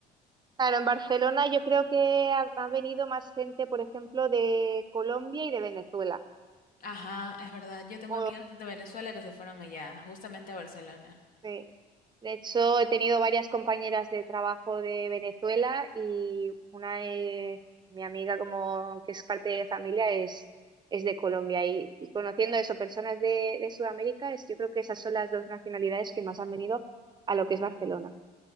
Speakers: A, on the right (about 25°); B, on the left (about 55°).
A: Claro, en Barcelona yo creo que ha, ha venido más gente, por ejemplo, de Colombia y de Venezuela.
B: Ajá, es verdad. Yo tengo
A: Oh,
B: amigos de Venezuela que se fueron allá, justamente a Barcelona.
A: sí. De hecho, he tenido varias compañeras de trabajo de Venezuela y una de mi amiga como que es parte de familia es, es de Colombia y, y conociendo eso, personas de, de Sudamérica, es, yo creo que esas son las dos nacionalidades que más han venido a lo que es Barcelona.